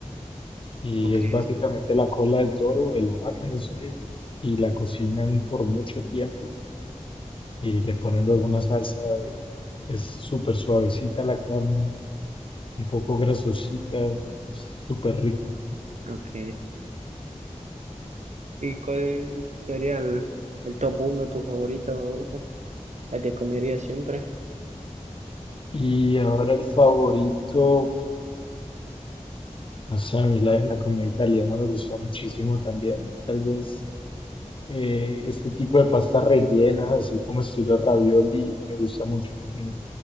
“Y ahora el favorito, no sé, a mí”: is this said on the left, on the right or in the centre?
Left